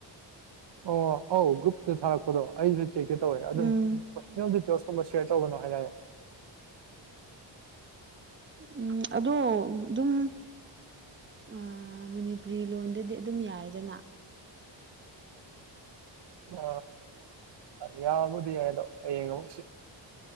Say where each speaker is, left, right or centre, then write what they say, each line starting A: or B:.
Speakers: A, on the right (about 65°); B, on the right (about 25°).
A: ꯑꯣ ꯑꯣ ꯒꯨꯞ ꯊ ꯍꯥꯔꯛꯄꯗꯣ ꯑꯩꯁꯨ ꯆꯦꯛ ꯀꯦ ꯇꯧꯋꯦ ꯑꯗꯨꯁ
B: ꯎꯝ
A: ꯆ ꯀꯝꯕ ꯁꯔ ꯇꯧꯕꯅꯣ ꯍꯥꯏꯇꯥꯔꯦ
B: ꯎꯝ ꯑꯗꯣ ꯑꯗꯨꯝ ꯑ ꯃꯅꯤꯄꯨꯔꯤ ꯂꯣꯟꯗꯗꯤ ꯑꯗꯨꯝ ꯌꯥꯏꯗꯅ
A: ꯑ ꯌꯥꯕꯗꯤ ꯌꯥꯗꯣꯉ